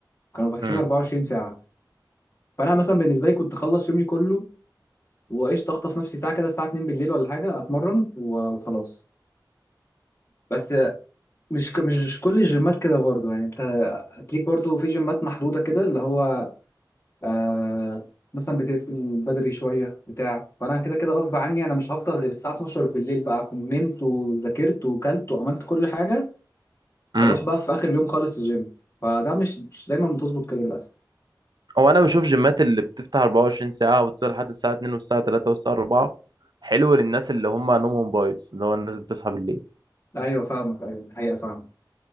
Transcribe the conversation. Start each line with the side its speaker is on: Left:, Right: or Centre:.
Left: كانوا فاتحين
Right: امم
Left: 24 ساعه فانا مثلا بالنسبه لي كنت اخلص يومي كله وايش اخطف نفسي ساعه كده الساعه 2 بالليل ولا حاجه اتمرن و- وخلاص بس مش ك- مش كل الجيمات كده برضه يعني انت هتليك برضه في جيمات محدوده كده اللي هو آه مثلا بتقفل بدري شويه بتاع فانا كده كده غصب عني انا مش هفضل غير الساعه 12 بالليل بقى اكون نمت وذاكرت وكلت وعملت كل حاجه
Right: امم
Left: اروح بقى في اخر يوم خالص الجيم فده مش مش دايما بتظبط كده للاسف
Right: هو انا بشوف جيمات اللي بتفتح 24 ساعه وتفضل لحد الساعه 2 والساعه 3 والساعه 4 حلو للناس اللي هم نومهم بايظ اللي هو الناس بتصحى بالليل
Left: لا ايوه فاهمك ايوه دي حقيقه فاهمك